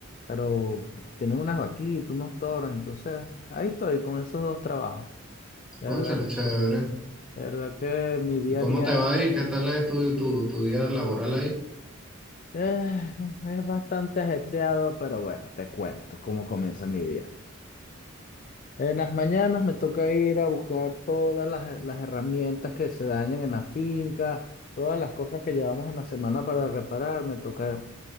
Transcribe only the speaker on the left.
pero tienen unas vaquitas, unos toros. Entonces, ahí estoy con esos dos trabajos. De
verdad,
de verdad que mi día
a día
eh, es bastante ajetreado, pero bueno, te cuento cómo comienza mi día. En las mañanas me toca ir a buscar todas las, las herramientas que se dañan en la finca, todas las cosas que llevamos en la semana para reparar, me toca